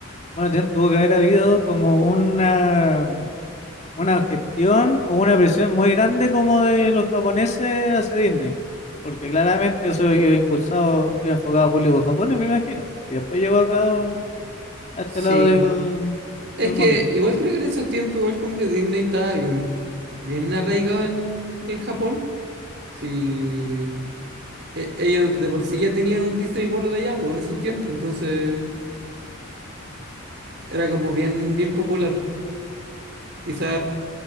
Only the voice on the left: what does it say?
Bueno, tien- tuvo que haber habido como una. una gestión o una presión muy grande como de los japoneses hacia Disney, porque claramente eso iba impulsado, iba enfocado a público japonés, me imagino, y después llegó acá, a este
lado del,
del
mundo,